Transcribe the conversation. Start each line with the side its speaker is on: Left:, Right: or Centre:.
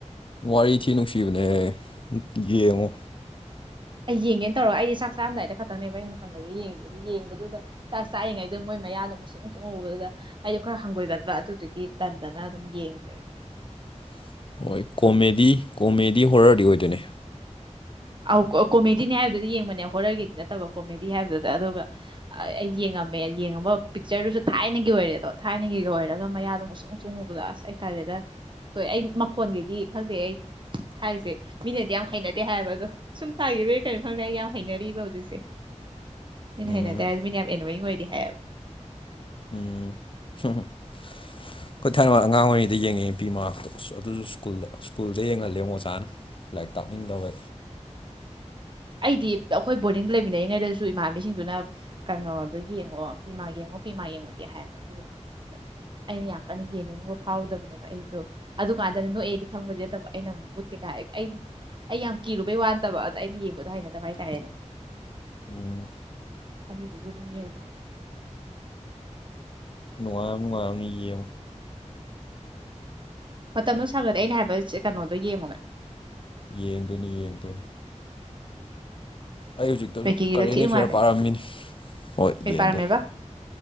Left: ꯋꯥꯔꯤ ꯊꯤ ꯅꯨꯡꯁꯤꯕꯅꯦ ꯌꯦꯡꯉꯨ
Right: ꯑꯩ ꯌꯦꯡꯒꯦꯅ ꯇꯧꯔꯒ ꯑꯩꯁꯦ ꯆꯥꯛ ꯆꯥꯝꯗꯥꯏꯗ ꯈꯛꯇꯪꯅꯦꯕ ꯑꯩꯩꯅ ꯃꯇꯝ ꯂꯩꯕ ꯌꯦꯡꯦ ꯑꯗꯨ ꯌꯦꯡꯕꯗꯨꯗ ꯆꯥꯛ ꯆꯥ ꯌꯦꯉꯩꯗꯨꯗ ꯃꯣꯏ ꯃꯌꯥꯗꯣ ꯃꯨꯁꯨꯡꯛ ꯃꯨꯁꯛ ꯎꯕꯗꯨꯗ ꯑꯩꯗꯣ ꯈꯔ ꯍꯪꯒꯣꯏꯒꯟꯕ ꯑꯗꯨꯗꯨꯒꯤ ꯇꯟꯗꯅ ꯑꯗꯨꯝ ꯌꯦꯡꯗ꯭ꯔꯦ
Left: <inaudible> ꯍꯣꯏ ꯀꯣꯃꯦꯗꯤ ꯀꯣꯃꯦꯗꯤ ꯍꯣꯔꯔꯗꯤ ꯑꯣꯏꯗꯣꯏꯅꯤ
Right: ꯑ ꯀꯣꯃꯦꯗꯤꯅꯤ ꯍꯥꯏꯕꯗꯨꯗꯤ ꯌꯦꯡꯕꯅꯦ ꯍꯣꯔꯔꯒꯤꯗꯤ ꯅꯠꯇꯕ ꯀꯣꯃꯦꯗꯤ ꯍꯥꯏꯕꯗꯨꯗ ꯑꯗꯨꯒ ꯑꯩ ꯉꯝꯃꯦ ꯌꯦꯡꯉꯕ ꯄꯤꯛꯆꯔꯗꯨꯁꯨ ꯊꯥꯏꯅꯒꯤ ꯑꯣꯏꯔꯦ ꯑꯗꯣ ꯊꯥꯏꯅꯒꯤ ꯑꯣꯏꯔꯒ ꯃꯌꯥꯗꯣꯝ ꯑꯨꯨꯡ ꯁꯨꯡꯉꯨꯕꯗ ꯑꯁ ꯍꯥꯏꯇꯥꯔꯦ ꯑꯗꯨꯅ ꯇꯣꯏ ꯑꯩ ꯃꯈꯣꯟꯒꯤꯗꯤ ꯈꯪꯗꯦ ꯑꯩ ꯊꯥꯏꯁꯦ ꯃꯤꯅꯗꯤ ꯌꯥꯝ ꯍꯩꯅꯗꯦ ꯍꯥꯏꯕ ꯑꯗꯣ ꯁꯨꯝ ꯇꯥꯈꯤꯕꯕꯦ ꯀꯔꯤꯣ ꯈꯪꯗꯦ ꯑꯩ ꯌꯥꯝ ꯍꯅꯕ ꯍꯧꯖꯤꯛꯁꯦ ꯩꯅ
Left: ꯎꯝ
Right: ꯗꯦ ꯌꯥꯝ ꯑꯦꯅ ꯑꯣꯏꯗꯤ ꯍꯥꯏ
Left: ꯎꯝ ꯑꯩꯈꯣꯏ ꯊꯥꯏꯅꯕ ꯑꯉꯥꯡ ꯑꯣꯏꯔꯤꯩꯗ ꯌꯦꯡꯉꯤ ꯅꯨꯄꯤ ꯃꯇꯣ ꯑꯗꯨꯁꯨ ꯁ꯭ꯀꯨꯜꯗ ꯁ꯭ꯀꯨꯜꯗ ꯌꯦꯡꯍꯜꯂꯦꯨ ꯑꯣꯖꯥꯅ ꯂꯥꯏꯔꯤꯛ ꯇꯥꯛꯅꯤꯡꯗꯕ
Right: ꯑꯩꯗꯤ ꯑꯩꯈꯣꯏ ꯕꯣꯔꯗꯤꯡ ꯂꯩꯃꯤꯟꯅꯔꯤꯉꯩꯗꯁꯨ ꯏꯃꯥꯟꯕꯤꯁꯤꯡꯗꯨꯅ ꯀꯩꯅꯣꯗꯣ ꯌꯦꯡꯉꯣ ꯏꯃꯥ ꯌꯦꯡꯉꯣ ꯅꯨꯄꯤꯃ ꯌꯦꯡꯉꯨꯗꯦ ꯍꯥꯏꯕ ꯑꯗꯨꯒ ꯑꯩꯅ ꯌꯥꯝ ꯀꯟꯅ ꯌꯦꯡꯅꯤꯡꯉꯨꯕ ꯐꯥꯎꯔꯨꯗꯕꯅꯦꯕ ꯑꯩꯗꯣ ꯑꯗꯨꯀꯥꯟꯗꯅ ꯅꯣꯛꯑꯦꯗꯤ ꯈꯪꯕꯗꯤ ꯅꯠꯇꯕ ꯑꯩꯅ ꯑꯃꯨꯛ ꯥꯏ ꯑꯩ ꯌꯥꯝ ꯀꯤꯔꯨꯕꯩ ꯋꯥꯟꯗꯕ ꯑꯗ ꯑꯩꯅ ꯌꯦꯡꯕꯗ ꯑꯗꯨ ꯍꯥꯏꯅꯗꯕ ꯍꯥꯏꯇꯥꯔꯦꯅꯦ
Left: ꯎꯝ
Right: ꯑꯗꯨꯗꯒꯤ ꯑꯗꯨꯝ ꯌꯦꯦꯜꯗ꯭ꯔꯦ
Left: ꯅꯨꯅꯨꯡꯉ ꯅꯨꯡꯉꯅꯤ ꯌꯦ
Right: ꯃꯇꯝꯗꯣ ꯁꯪꯒꯗꯤꯦ ꯑꯩꯅ ꯍꯥꯏꯕ ꯀꯩꯅꯣꯗꯣ ꯌꯦꯡꯉꯨꯅꯦ
Left: ꯌꯦꯡꯕꯅꯤ ꯌꯦꯡꯕꯅꯤ ꯑꯩ ꯍꯧꯖꯤꯛꯇꯁꯨ
Right: ꯋꯦꯀꯤꯒꯤꯗꯣ
Left: ꯀꯔꯦꯟ
Right: ꯊꯤ
Left: ꯑꯦꯐꯤꯌꯥꯔ
Right: ꯅꯨꯡꯉꯥꯏꯕꯅꯦ
Left: ꯄꯥꯔꯝꯃꯤꯅꯤ ꯍꯣꯏ
Right: ꯀꯩ
Left: ꯌꯦꯡꯗꯣꯏꯅꯦ
Right: ꯄꯥꯔꯝꯃꯦꯕ